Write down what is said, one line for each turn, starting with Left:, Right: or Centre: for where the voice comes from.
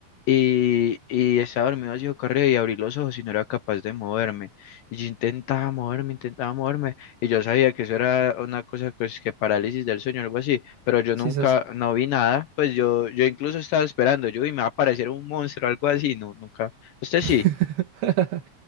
Left: y, y estaba dormido así corrido y abrí los ojos y no era capaz de moverme. Y yo intentaba moverme, intentaba moverme, y yo sabía que eso era una cosa pues, que parálisis del sueño algo así, pero yo
Right: Sí,
Left: nunca,
Right: sas.
Left: no vi nada, pues yo, yo incluso estaba esperando, yo y me va a aparecer un monstruo algo así, no, nunca. ¿Usted sí?
Right: <laughs>